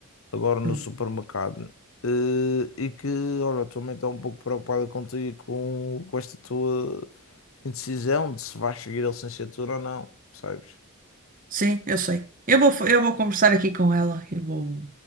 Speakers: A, on the left; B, on the right.
A: agora no
B: Hum,
A: supermercado, eh, e que, olha, a tua mãe está um pouco preocupada contigo e com, com esta tua indecisão de se vais seguir a licenciatura ou não, sabes?
B: Sim, eu sei. Eu vou, eu vou conversar aqui com ela. Eu vou,